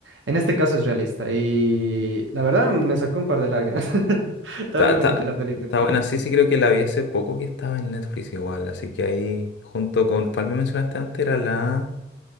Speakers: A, on the right; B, on the left.
A: En este caso es realista y la verdad me sacó un par de lágrimas. <laughs> Está
B: Está,
A: muy
B: está,
A: bonita la película.
B: está buena, sí, sí creo que la vi hace poco que estaba en Netflix igual, así que ahí junto con, ¿cuál me mencionaste antes? Era la